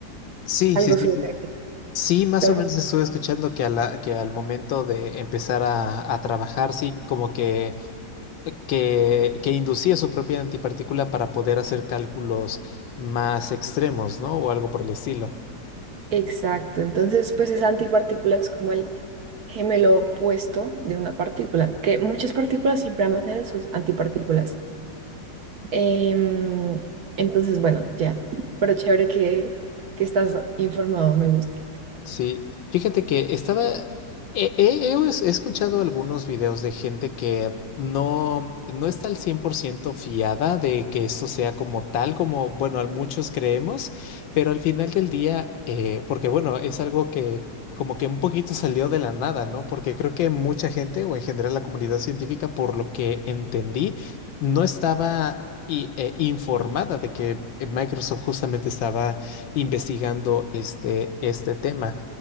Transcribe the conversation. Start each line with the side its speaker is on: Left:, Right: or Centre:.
Left: Sí,
Right: algo
Left: sí, sí,
Right: sobre...
Left: sí. Sí, más
Right: las-
Left: o menos estuve escuchando que, a la- que al momento de empezar a, a trabajar, sí, como que, que, que inducía su propia antipartícula para poder hacer cálculos más extremos, ¿no? O algo por el estilo.
Right: Exacto, entonces pues esa antipartícula es como el gemelo opuesto de una partícula, que muchas partículas siempre van a tener sus antipartículas. Em, entonces, bueno, ya, pero chévere que, que estás informado, me gusta.
Left: Sí, fíjate que estaba, he, he- he es- he escuchado algunos videos de gente que no, no está al 100% fiada de que esto sea como tal, como, bueno, al- muchos creemos, pero al final del día, eh, porque bueno, es algo que como que un poquito salió de la nada, ¿no? Porque creo que mucha gente, o en general la comunidad científica, por lo que entendí, no estaba... i- eh, informada de que eh, Microsoft justamente estaba investigando este, este tema.